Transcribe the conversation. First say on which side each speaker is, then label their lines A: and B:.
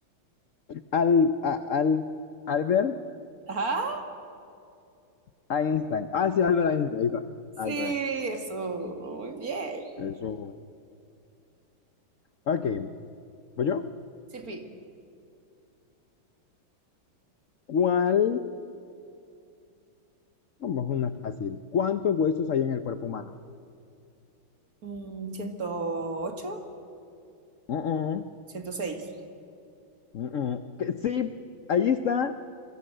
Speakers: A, on the left (about 70°); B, on the right (about 45°).
A: al, a- al, Albert
B: Ajá.
A: Einstein. Ah, sí, Albert Einstein. ahí está,
B: Sí,
A: Albert Einstein.
B: eso, muy bien.
A: Eso. Ok, ¿voy yo?
B: Sipi,
A: ¿Cuál? Vamos, una fácil. ¿Cuántos huesos hay en el cuerpo humano?
B: mm, ciento ocho,
A: Mm, mm,
B: ciento seis,
A: mm, mm. mm. Que Sí, ahí está